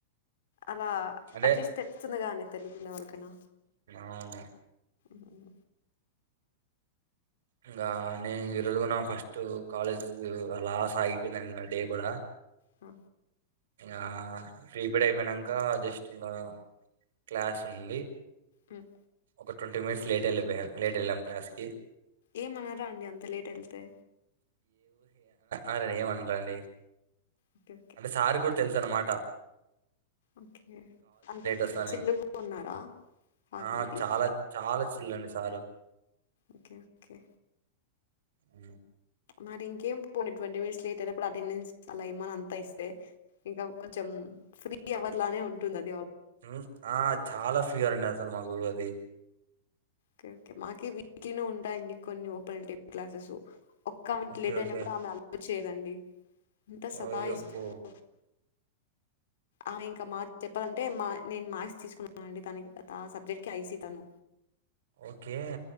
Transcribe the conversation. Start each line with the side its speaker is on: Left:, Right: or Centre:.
Left: అలా
Right: అంటే
Left: అట్లీస్ట్ తెలుస్తుందిగా అండి తెలియకుండా వాళ్ళకైనా
Right: అవును
Left: మ్మ్
Right: ఇంకా నేను ఈ రోజుకున్నా ఫస్ట్ కాలేజ్ అలా సాగిపోయింది నా డే కూడా
Left: ఆ
Right: ఆ ప్రీపేడ్ ఐపోయినంక జస్ట్. కిందా. క్లాస్ ఉంది.
Left: మ్మ్
Right: ఒక ట్వంటీ మినిట్స్ లేట్ ఏళ్ళిపొయా. లేట్ ఏళ్లాం క్లాస్ కి.
Left: ఏమనరా అండి. అంత లేట్ ఎళ్తే.
Right: ఆరరెంమనరండి.
Left: ఓకే
Right: అంటే సార్ గూడ్ తెలుసన్నమాట.
Left: ఒకే అంటే
Right: వస్తున్నారని
Left: చిల్లుగున్నారా ఫ్యాకల్టీ
Right: ఆ చాలా చాలా చిల్ అండి సారు
Left: ఓకే కే.
Right: అ
Left: మరి ఇంకేం పొని ట్వంటీ మినిట్స్ లేట్ అయినకూడ అటెండెన్స్ అలా ఏమన అంతా ఇస్తే ఇంకా కొంచెం ఫ్రీ అవర్ లానే ఉంటుంది అద్.
Right: ఊ ఆ చాలా ఫీయర్ అండి అసలు మాక్. గూడది.
Left: కే ఓకే మాకి వీక్లీనే ఉంటాయండి కొన్ని ఓపెన్ టీ క్లాసస్సు. ఒక్క మినిట్
Right: ఓకే
Left: లేట్
Right: ఓకే
Left: అయిన కూడా ఆమె అల్ తి. చేదండి. ఎంత సతా
Right: ఓయబ్బో
Left: ఇస్తుందో. ఆమే ఇంక మా చెప్పాలంటే మా నేను మ్యాథ్స్ తీసుకున్నాను అండి తనకి ఆ సబ్జెక్ట్ కి ఐసి తను.
Right: ఓకే